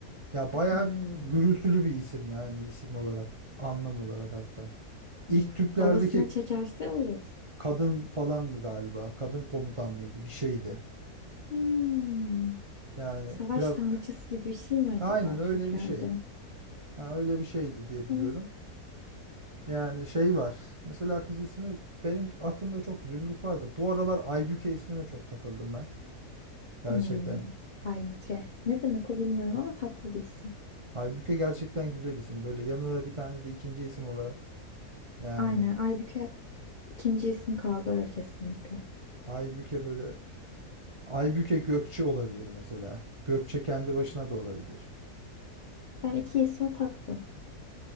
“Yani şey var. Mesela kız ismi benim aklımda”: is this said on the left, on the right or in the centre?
Right